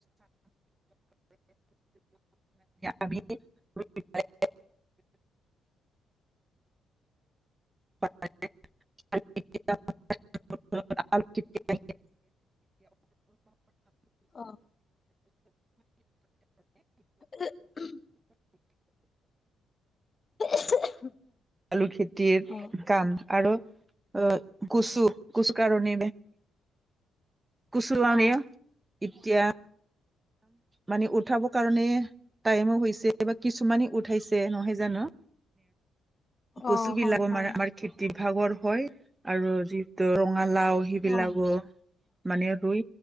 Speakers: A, on the right (about 20°); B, on the left (about 35°).
A: আমি <unintelligible> <inaudible> তি <unintelligible>
B: অ'। উ <unintelligible> <inaudible>
A: আলু খেতিৰ
B: অ
A: কাম আৰু অ কুচু কুচু কাৰণ <unintelligible>
B: অ অ
A: এতিয়া মানে উঠাব কাৰণে টাইমো হৈছে বা কিছুমানে উঠাইছে নহয় জানো। কচুগিলাক
B: অ হয়
A: আমাৰ
B: হয়
A: আমাৰ খেতি ভাগৰ হয় আৰু যিহেতু ৰঙালাও সেইবিলাকো
B: অ
A: মানে ৰুই।